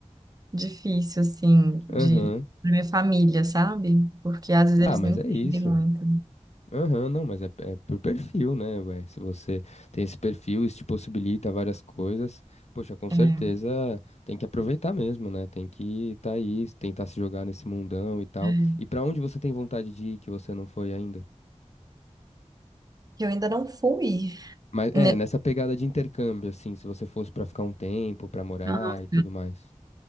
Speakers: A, on the right (about 30°); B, on the left (about 60°).
A: difícil, assim, de
B: Aham.
A: pra minha família, sabe? Porque às vezes
B: Ah,
A: eles
B: mas
A: não entendem
B: é isso.
A: muito.
B: Aham, não, mas é, é por perfil, né, ué? Se você tem esse perfil, isso te possibilita várias coisas, poxa, com
A: É,
B: certeza tem que aproveitar mesmo, né? Tem que tá aí, tentar se jogar nesse mundão e tal.
A: é.
B: E pra onde você tem vontade de ir que você não foi ainda?
A: Que eu ainda não fui.
B: Mas
A: né?
B: é, nessa pegada de intercâmbio, assim, se você fosse pra ficar um tempo, pra morar
A: Nossa.
B: e tudo mais.